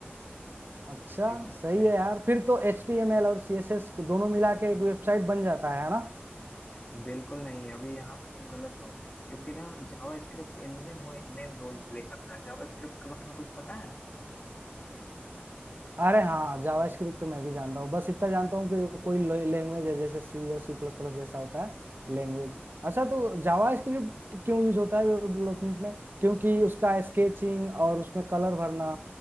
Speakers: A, on the right (about 55°); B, on the left (about 30°).
A: अच्छा
B: एक वेबसाइट
A: सही है यार फिर तो एच टी एम एल और सी एस एस दोनों मिला के एक वेबसाइट बन जाता है है ना
B: में बिल्कुल नहीं अभी यहाँ पे तुम गलत हो क्योंकि ना जावा स्क्रिप्ट इनमें मेन रोल प्ले करता है जावा स्क्रिप्ट के बारे में कुछ पता है
A: अरे हाँ जावास्क्रिप्ट तो मैं भी जानता हूँ बस इतना जानता हूँ कि कोई लैंग्वेज है जैसे सी और सी प्लस प्लस जैसा होता है लैंग्वेज अच्छा तो जावास्क्रिप्ट क्यों यूज होता है वेब डेवलपमेंट में क्योंकि उसका स्केचिंग और उसमें कलर भरना